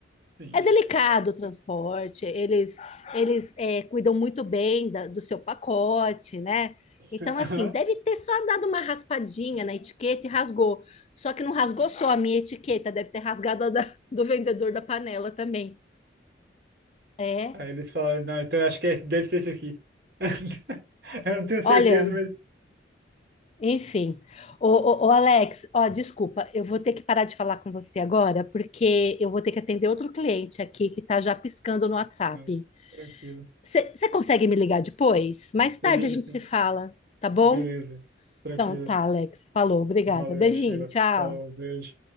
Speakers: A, on the right; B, on the left.
A: Sim,
B: É delicado
A: é.
B: o transporte, eles eles é, cuidam muito bem da- do seu pacote, né? Então,
A: Aham.
B: assim, deve ter só dado uma raspadinha na etiqueta e rasgou. Só que não rasgou só a minha etiqueta, deve ter rasgado a da- do vendedor da panela também. É.
A: Aí eles falaram, não, então eu acho que é- deve ser isso aqui. <laughs> Eu não tenho certeza,
B: Olha,
A: mas.
B: enfim. Ô, ô, ô, Alex, ó, desculpa, eu vou ter que parar de falar com você agora, porque eu vou ter que atender outro cliente aqui que tá já piscando no WhatsApp.
A: Não, tranquilo.
B: Você consegue me ligar depois? Mais tarde
A: Eu ligo
B: a gente
A: sim.
B: se fala, tá bom?
A: Beleza. Tranquilo.
B: Então tá, Alex. Falou, obrigada.
A: Valeu,
B: Beijinho,
A: Sheila.
B: tchau.
A: Falou, beijo.